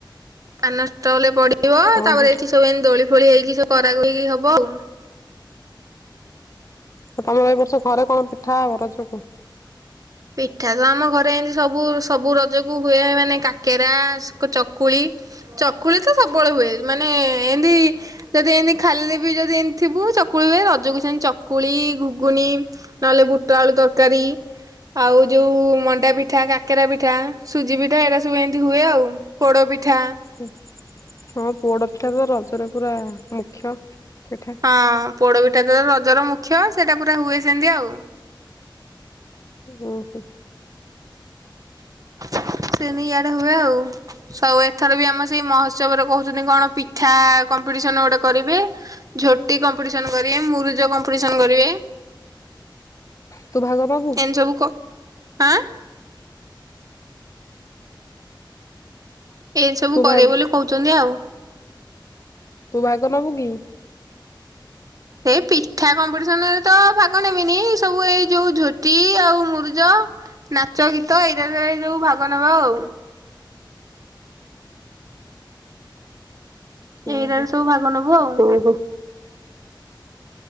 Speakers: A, on the right (about 45°); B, on the left (about 40°).
A: ଆ ନଷ୍ଟ ହେଲେ ପଡିବ
B: ଓହୋ
A: ତାପରେ ଏଠି ସବୁ ଏ ଦୋଳି ଫୋଳି ହେଇକି ସବ କରାଗକୁ ହେଇକି ହବ ଆଉ
B: ଆଉ ତମର ଏଇ ବର୍ଷ ଘରେ କଣ ପିଠା ହବ ରଜକୁ?
A: ପିଠା ତ ଆମ ଘରେ ଏମତି ସବୁ ସବୁ ରଜକୁ ହୁଏ ମାନେ କାକେରା ଚକୁଳି ଚକୁଳି ତ ସବୁବେଳେ ହୁଏ ମାନେ ଏମିତି ଯଦି ଏମିତି ଖାଲିରେ ବି ଯଦି ଏମିତି ଥିବୁ ଚକୁଳି ହୁଏ ରଜକୁ ସେମିତି ଚକୁଳି ଘୁଗୁଣି। ନହେଲେ ବୁଟ ଆଳୁ ତରକାରୀ। ଆଉ ଯୋଉ ମଣ୍ଡା ପିଠା କାକେରା ପିଠା ସୁଜି ପିଠା ଏଇଟା ସବୁ ଏମିତି ହୁଏ ଆଉ ପୋଡ଼ପିଠା।
B: ହୁଁ। ହଁ ପୋଡ ପିଠା ତ ରଜରେ ପୁରା ମୁଖ୍ୟ ପିଠା।
A: ହଁ ପୋଡପିଠା ତ ରଜର ମୁଖ୍ୟ ସେଇଟା ପୁରା ହୁଏ ସେମିତି ଆଉ।
B: ଉଁ ହୁଁ।
A: ସେନି ଇଆଡେ ହୁଏ ଆଉ। ସବୁ ଏଥର ବି ଆମ ସେଇ ମହୋତ୍ସବରେ କହୁଚନ୍ତି କଣ ପିଠା କମ୍ପିଟିସନ ଗୋଟେ କରିବେ। ଝୋଟି କମ୍ପିଟିସନ କରିବେ ମୁରୁଜ କମ୍ପିଟିସନ କରିବେ।
B: ତୁ ଭାଗ ନବୁ
A: ଏନ୍ତି ସବୁ କ -ଆଁ ଏମିତି ସବୁ
B: ତୁ ଭାଗ
A: କରିବେ ବୋଲି କହୁଚନ୍ତି ଆଉ।
B: ତୁ ଭାଗ ନବୁ କି?
A: ଏଇ ପିଠା କମ୍ପିଟିସନରେ ତ ଭାଗ ନେବିନି ଏସବୁ ଏଇ ଯଉ ଝୋଟି ଆଉ ମୁରୁଜ ନାଚ ଗୀତ ଏଇରାରେ ଯଉ ଭାଗ ନବା ଆଉ। ଏଇରାରେ
B: ଓହୋ।
A: ସବୁ ଭାଗ ନବୁ ଆଉ।